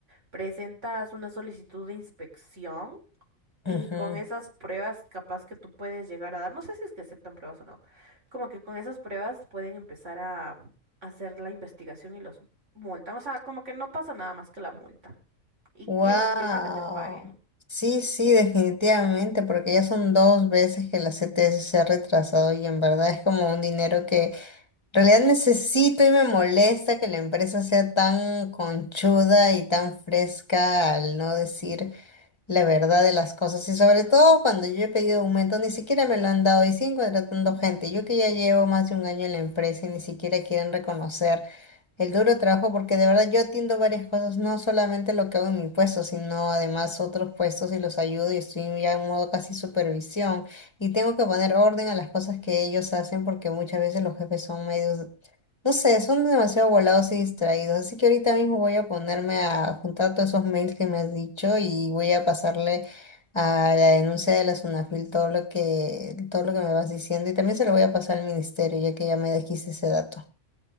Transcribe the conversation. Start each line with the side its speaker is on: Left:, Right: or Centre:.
Right: presentas una solicitud de inspección y
Left: Ujú.
Right: con esas pruebas capaz que tú puedes llegar a dar, no sé si es que aceptan pruebas o no, como que con esas pruebas pueden empezar a hacer la investigación y los multan. O sea, como que no pasa nada más que la multa. Y,
Left: Wow.
Right: y los obligan a que te paguen.
Left: Sí, sí, definitivamente, porque ya son dos veces que la CTS se ha retrasado y en verdad es como un dinero que en realidad necesito y me molesta que la empresa sea tan conchuda y tan fresca al no decir la verdad de las cosas. Y sobre todo cuando yo he pedido aumento, ni siquiera me lo han dado y siguen contratando gente. Yo que ya llevo más de un año en la empresa y ni siquiera quieren reconocer. El duro trabajo, porque de verdad yo atiendo varias cosas, no solamente lo que hago en mi puesto, sino además otros puestos y los ayudo y estoy ya en modo casi supervisión. Y tengo que poner orden a las cosas que ellos hacen porque muchas veces los jefes son medios, no sé, son demasiado volados
Right: Mm.
Left: y distraídos. Así que ahorita mismo voy a ponerme a juntar todos esos mails que me has dicho y voy a pasarle a la denuncia de la Sunafil todo lo que, todo lo que me vas diciendo y también se lo voy a pasar al ministerio ya que ya me dijiste ese dato.